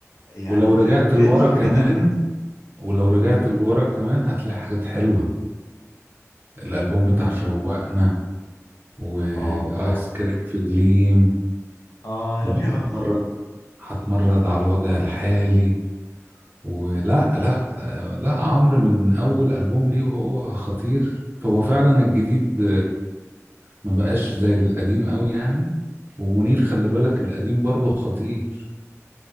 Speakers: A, on the left; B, on the right.
A: يعني
B: ولو رجعت
A: فاهم غير
B: لورا
A: الحاجات
B: كمان
A: الجديدة
B: ولو
A: مم.
B: رجعت لورا كمان هتلاقي حاجات حلوة الألبوم
A: مم.
B: بتاع شوقنا وآيس
A: آه الله
B: كريم في جليم
A: آه <laughs>
B: وهتمرد
A: أيوه
B: هتمرد على الوضع الحالي ولا لا آه، لا عمرو من أول ألبوم ليه وهو خطير فهو فعلا الجديد ما بقاش زي القديم قوي يعني ومنير خلي بالك القديم برضه خطير